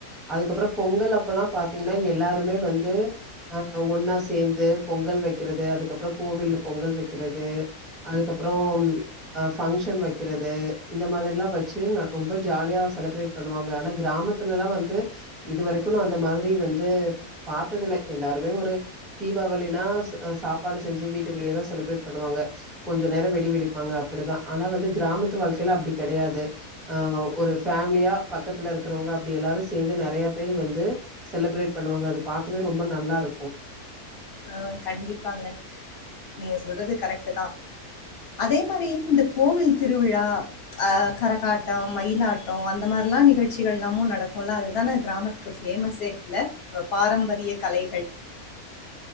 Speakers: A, in the centre; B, on the left.
A: அதுக்கப்றம் பொங்கல் அப்பலா பாத்தீங்கன்னா எல்லாருமே வந்து அ அ ஒன்னா சேந்து பொங்கல் வைக்கிறது அதுக்கப்றோ கோவில்ல பொங்கல் வைக்கிறது அதுக்கப்றோம் அ ஃபங்க்ஷன் வைக்கிறது இந்த மாதிரிலா வச்சு ந ரொம்ப ஜாலியா செலிப்ரேட் பண்ணுவாங்க ஆனா கிராமத்து இதுலல்லா வந்து இது வரைக்கு நா அந்த மாதிரி வந்து பாத்ததுல்ல எல்லாருமே ஒரு தீபாவளினா ச அ சாப்பாடு செஞ்சு வீட்டுக்குள்ளேயேதா செலிப்ரேட் பண்ணுவாங்க கொஞ்சொ நேரோ வெடி வெடிப்பாங்க அப்டிதா ஆனா வந்து கிராமத்து வாழ்க்கைல அப்டி கெடயாது அ ஒரு ஃபேமிலியா பக்கத்துல இருக்குறவங்க அப்டி எல்லாரு சேந்து நெறய பேர் வந்து செலிப்ரேட் பண்ணுவாங்க அது பாக்கவே ரொம்ப நல்லாருக்கு
B: ஆ கண்டிப்பாங்க நீங்க சொல்றது கரெக்ட்டு தா அதே மாரி இந்த கோவில் திருவிழா அ கரகாட்டொ மயிலாட்டோ அந்த மாரிலா நிகழ்ச்சிகள் எல்லாமு நடக்குல்ல அதுதான கிராமத்துக்கு க்கு பேஃமஸே இல்ல ஒ பாரம்பரிய கலைகள்